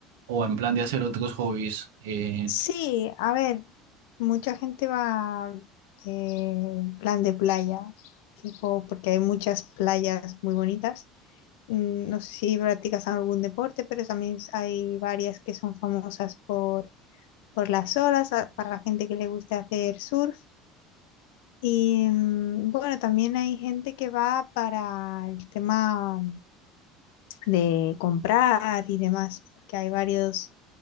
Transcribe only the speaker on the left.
Sí, a ver, mucha gente va eh, en plan de playa, tipo, porque hay muchas playas muy bonitas. Mm, No sé si practicas algún deporte, pero también hay varias que son famosas por, por las olas, a- para la gente que le gusta hacer surf. Y mm, bueno, también hay gente que va para el tema de comprar y demás, porque hay varios